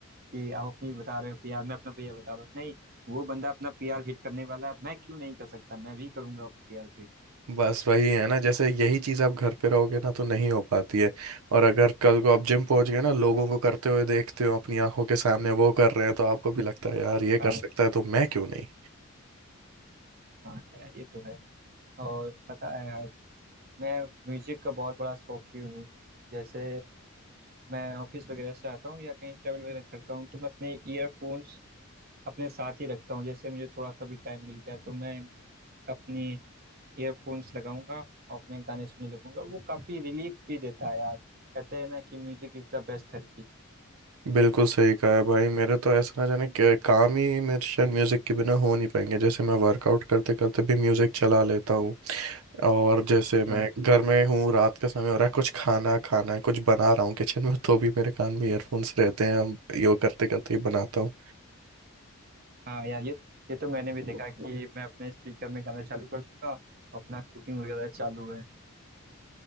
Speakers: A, on the right; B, on the right.
A: कि आप अपनी बता रहे हो पीआर मैं अपना पीआर बता रहा हूँ नहीं वो बंदा अपना पीआर हिट करने वाला है मैं क्यों नहीं कर सकता मैं भी करूंगा अपना पीआर हिट
B: बस वही है ना जैसे यही चीज़ आप घर पे रहोगे ना तो नहीं हो पाती है और अगर कल को आप जिम पहुंच गए ना लोगों को करते हुए देखते हो अपनी आंखों के सामने वो कर रहे हैं तो आपको भी लगता है यार ये
A: हाँ
B: कर सकता है तो मैं क्यों नहीं
A: हाँ यार ये तो है और पता है यार मैं म्यूजिक का बहुत बड़ा शौकीन हूँ जैसे मैं ऑफिस वगैरह से आता हूँ या कहीं ट्रैवल वगैरह करता हूँ तो मैं अपने ईयरफोन्स अपने साथ ही रखता हूँ जैसे मुझे थोड़ा सा भी टाइम मिल गया तो मैं अपने ईयरफोन्स लगाऊंगा और अपने गाने सुनने लगूंगा वो काफी रिलीफ भी देता है यार कहते हैं ना कि music is the best therapy
B: बिल्कुल सही कहा है भाई मेरे तो ऐसा ना जाने क्या- काम ही मेरे शायद म्यूजिक के बिना हो नहीं पाएंगे जैसे मैं वर्कआउट करते करते भी म्यूजिक चला लेता हूँ और जैसे मैं
A: हाँ
B: घर में हूँ रात का समय हो रहा है कुछ खाना खाना है कुछ बना रहा हूँ किचन में तो भी मेरे कान में ईयरफोन्स रहते हैं हम यो करते करते ही बनाता हूँ
A: हाँ यार ये ये तो मैंने भी देखा कि मैं अपने स्पीकर में गाना चालू कर दूंगा और अपना कुकिंग वगैरह चालू है